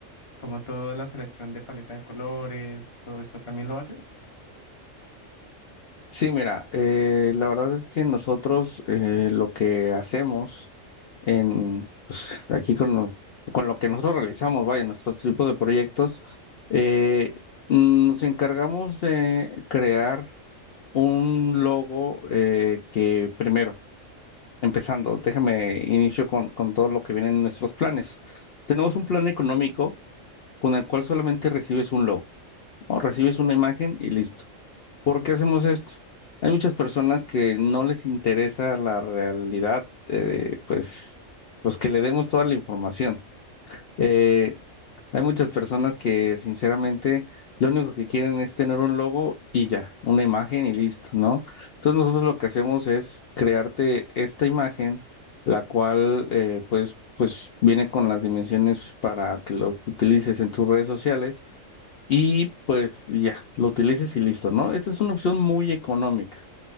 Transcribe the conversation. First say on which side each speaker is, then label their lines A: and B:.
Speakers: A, on the left; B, on the left.
A: como toda la selección de paleta de colores, todo esto también lo haces.
B: Sí, mira, eh, la verdad es que nosotros eh, lo que hacemos en, pues, aquí con, lo- con lo que nosotros realizamos, vaya, nuestros tipos de proyectos, eh, nos encargamos de crear un logo eh, que primero, empezando, déjame inicio con, con todo lo que viene en nuestros planes. Tenemos un plan económico con el cual solamente recibes un logo, o recibes una imagen y listo. ¿Por qué hacemos esto? Hay muchas personas que no les interesa la realidad, eh, pues, pues que le demos toda la información. Eh, hay muchas personas que sinceramente lo único que quieren es tener un logo y ya, una imagen y listo, ¿no? Entonces nosotros lo que hacemos es crearte esta imagen, la cual eh, pues, pues viene con las dimensiones para que lo utilices en tus redes sociales y pues ya, lo utilices y listo, ¿no? Esta es una opción muy económica.